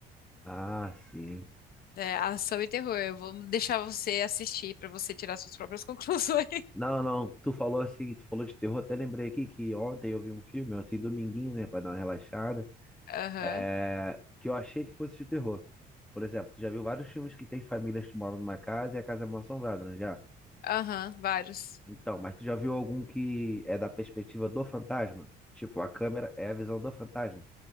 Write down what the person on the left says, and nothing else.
É, ação e terror. Eu vou deixar você assistir pra você tirar suas próprias <laughs> conclusões.
Aham,
aham, vários.